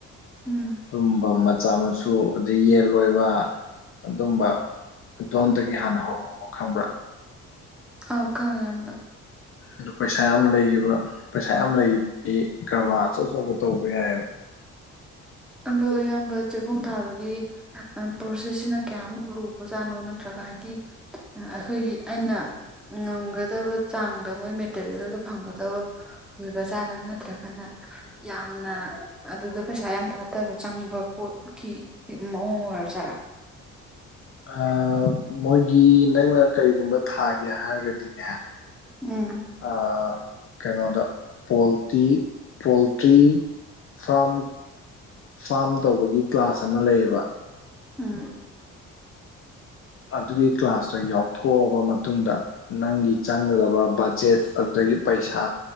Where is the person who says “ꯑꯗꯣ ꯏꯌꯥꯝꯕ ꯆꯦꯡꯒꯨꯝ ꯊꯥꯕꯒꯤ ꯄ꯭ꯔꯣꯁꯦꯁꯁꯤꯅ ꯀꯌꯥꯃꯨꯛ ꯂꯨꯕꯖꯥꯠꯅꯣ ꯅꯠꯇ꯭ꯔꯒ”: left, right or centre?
Centre